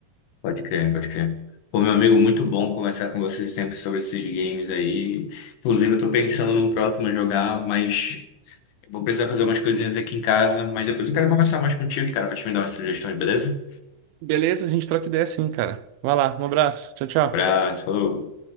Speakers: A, on the left (about 80°); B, on the right (about 80°).
A: pode crer, pode crer. Pô, meu amigo, muito bom conversar com você sempre sobre esses games aí. Inclusive, eu tô pensando no próximo a jogar, mas vou precisar fazer umas coisinhas aqui em casa. Mas depois eu quero conversar mais contigo, cara, pra te me dar umas sugestões, beleza?
B: Beleza, a gente troca ideia sim, cara. Vai lá, um abraço. Tchau, tchau.
A: Abraço, falou.